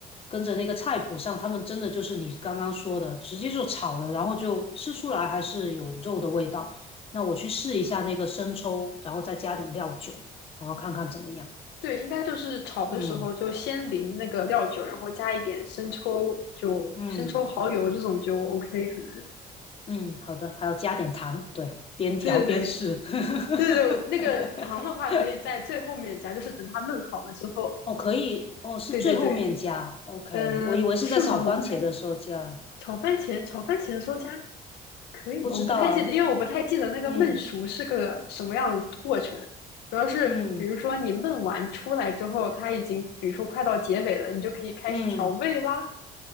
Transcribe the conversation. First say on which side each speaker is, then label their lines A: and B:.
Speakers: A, on the left; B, on the left.
A: 跟着那个菜谱上，他们真的就是你刚刚说的，直接就炒了，然后就吃出来还是有肉的味道。那我去试一下那个生抽，然后再加点料酒，然后看看怎么样。
B: 对，应该就是炒的时候就先淋那个料酒，
A: 嗯
B: 然后加一点生抽，就生抽、
A: 嗯
B: 蚝油这种就 OK，可能。
A: 嗯，好的，还要加点糖，对，边调边试。
B: 对对对
A: <laughs>
B: 对对对，那个糖的话可以在最后面加，就是等它焖好了之后。
A: 哦，可以，哦，是最后面加，OK，
B: 对对对，嗯、
A: 我以为是在炒番茄的时候加，
B: 是吗？我不太，炒番茄，炒番茄的时候加。可以吗？
A: 不知道啊，
B: 我不太记得，因为我不太记得那个焖熟是个什么样的过程。
A: 嗯
B: 主要是，
A: 嗯
B: 比如说你焖完出来之后，它已经，比如说快到结尾了，你就可以开始调味啦。
A: 嗯，